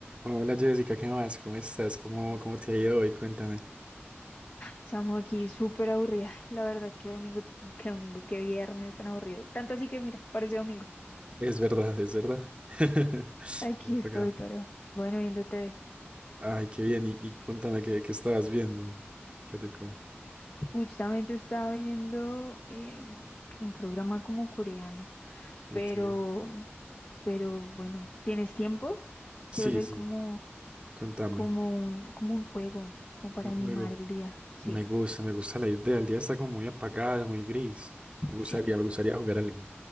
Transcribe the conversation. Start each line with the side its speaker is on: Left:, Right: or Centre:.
Right: Hola Jessica, ¿qué más? ¿Cómo estás? ¿Cómo, cómo te ha ido hoy? Cuéntame.
Left: Estamos aquí súper aburrida. La verdad, qué domingo, qué domingo, qué viernes tan aburrido. Tanto así que mira, parece domingo.
Right: Es verdad, es verdad. <laughs>
Left: Aquí
Right: Voy apagada.
Left: estoy, pero bueno, viendo TV.
Right: Ay, qué bien. Y, y cuéntame qué, qué estabas viendo. Qué rico.
Left: Justamente estaba viendo eh, un programa como coreano,
Right: Ok.
Left: pero, pero bueno, ¿tienes tiempo?
Right: Sí,
Left: Quiero hacer
Right: sí,
Left: como,
Right: cuéntame.
Left: como un, como un juego, como para
Right: Un
Left: animar
Right: juego.
Left: el día. Sí,
Right: Me gusta, me gusta la idea. El día está como muy apagado, muy gris.
Left: <laughs>
Right: Me gustaría,
Left: sí.
Right: me gustaría jugar algo.